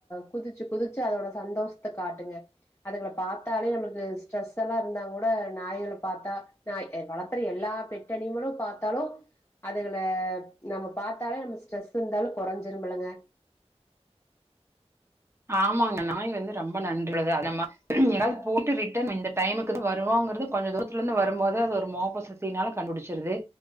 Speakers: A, on the left (about 25°); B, on the right (about 25°).
A: குதிச்சு குதிச்சு அதோட சந்தோஷத்த காட்டுங்க அதுகள பாத்தாலே நம்மளுக்கு ஸ்ட்ரெஸ் எல்லா இருந்தா கூட நாய்கள பாத்தா நாய் வளத்தர எல்லா பெட்டனிமலு பாத்தாலு அதுல நம்ம பாத்தாலே நம்ம ஸ்ட்ரெஸ்ருந்தாலு கொறைஞ்சிருமில்லங்க
B: ஆமாங்க நாய் வந்து ரொம்ப நன்றி உள்ளது அத <inaudible> போயிட்டு ரிட்டன் இந்த டைமுக்கு தா வருவோங்கறது கொஞ்ச தூரத் லருந்து வருபோது அது ஒரு மோப்ப சக்தினால கண்டுபிடிச்சிருது